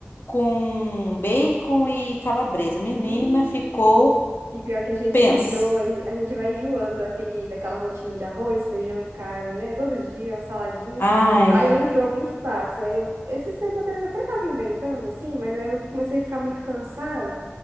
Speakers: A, on the left (about 55°); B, on the right (about 90°).
A: com bacon e calabresa. Menina,
B: Hum.
A: ficou,
B: E pior que a gente
A: pensa.
B: enjoa, enjo- a gente vai enjoando daquele, daquela rotina de arroz, feijão e carne, né? Todo dia, uma saladinha.
A: Ai,
B: Aí eu enjoo muito fácil. Aí eu, esses tempos atrás eu até tava inventando, assim, mas aí eu comecei a ficar muito cansada